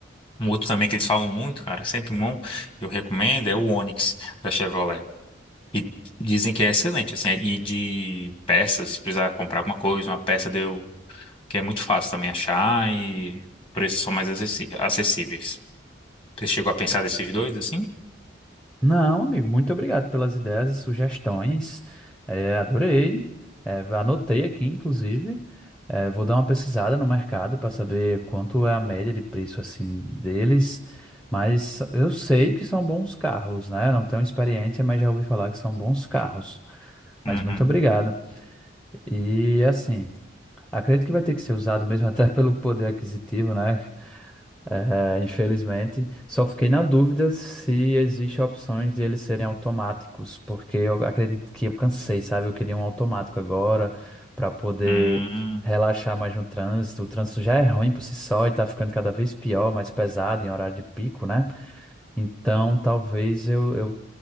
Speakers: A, on the left; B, in the centre.
A: Um outro também que eles falam muito, cara, sempre bom, eu recomendo, é o Onix da Chevrolet. E dizem que é excelente, assim, e de peças, se precisar comprar alguma coisa, uma peça deu, que é muito fácil também achar e preços são mais acessi- acessíveis. Você chegou a pensar desses dois, assim?
B: Não, amigo, muito obrigado pelas ideias e sugestões. É, adorei. É, anotei aqui, inclusive. É, vou dar uma pesquisada no mercado para saber quanto é a média de preço assim deles. Mas eu sei que são bons carros, né? Eu não tenho experiência, mas já ouvi falar que são bons carros. Mas
A: Uhum.
B: muito obrigado. E assim, acredito que vai ter que ser usado mesmo <laughs> até pelo poder aquisitivo, né? É, infelizmente, só fiquei na dúvida se existe opções de eles serem automáticos, porque eu acredito que eu cansei, sabe? Eu queria um automático agora para poder
A: Hum,
B: relaxar mais no trânsito. O trânsito já é ruim por si só e tá ficando cada vez pior, mais pesado em horário de pico, né? Então, talvez eu, eu